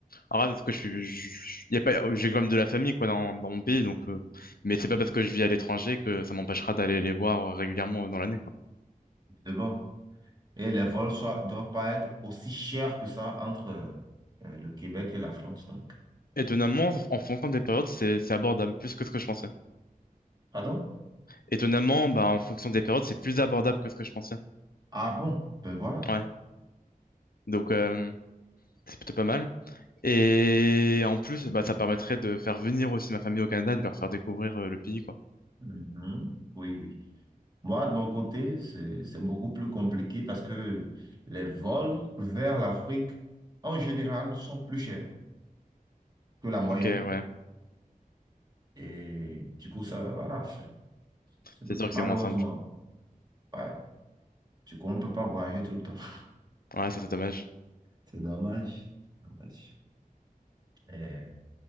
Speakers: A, on the left; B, on the right.
A: Alors là, parce que je suis, je- je- y a pas, j'ai quand même de la famille, quoi, dans, dans mon pays, donc. euh, mais c'est pas parce que je vis à l'étranger que ça m'empêchera d'aller les voir euh, régulièrement euh, dans l'année, quoi.
B: C'est bon. Et les vols ne doivent pas être aussi chers que ça entre euh, euh, le Québec et la France, donc.
A: Étonnamment, en fonction des périodes, c'est c'est abordable plus que ce que je pensais.
B: Pardon?
A: étonnamment, bah, en fonction des périodes, c'est plus abordable que ce que je pensais.
B: Ah bon? Ben voilà.
A: Ouais. Donc, euh, c'est plutôt pas mal. Et en plus, bah, ça permettrait de faire venir aussi ma famille au Canada, de leur faire découvrir euh, le pays, quoi.
B: Mhm. Oui, oui. Moi, de mon côté, c'est, c'est beaucoup plus compliqué parce que les vols vers l'Afrique, en général, sont plus chers que la moyenne.
A: Ok, ouais.
B: Et du coup, ça, voilà, c'est c'est
A: C'est sûr que
B: malheureusement,
A: c'est moins simple.
B: ouais. Du coup, on ne peut pas voyager tout le temps. <laughs>
A: Ouais, ça, c'est dommage.
B: C'est dommage. Dommage. Euh,